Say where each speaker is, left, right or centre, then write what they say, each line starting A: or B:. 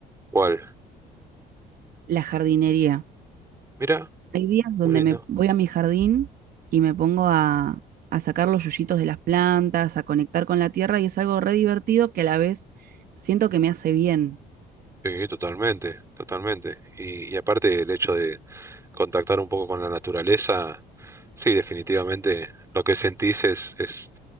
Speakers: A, on the right; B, on the right.
A: ¿Cuál?
B: La jardinería.
A: Mira,
B: Hay días donde
A: muy lindo.
B: me voy a mi jardín y me pongo a, a sacar los yuyitos de las plantas, a conectar con la tierra y es algo re divertido que a la vez siento que me hace bien.
A: Sí, totalmente, totalmente. Y, y aparte el hecho de contactar un poco con la naturaleza, sí, definitivamente lo que sentís es, es,